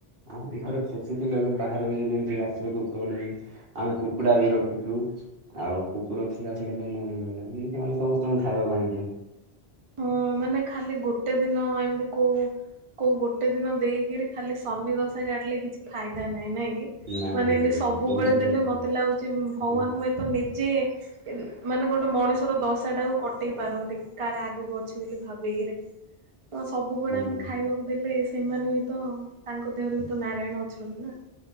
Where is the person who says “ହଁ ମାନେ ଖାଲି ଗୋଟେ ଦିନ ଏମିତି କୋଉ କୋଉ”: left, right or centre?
Right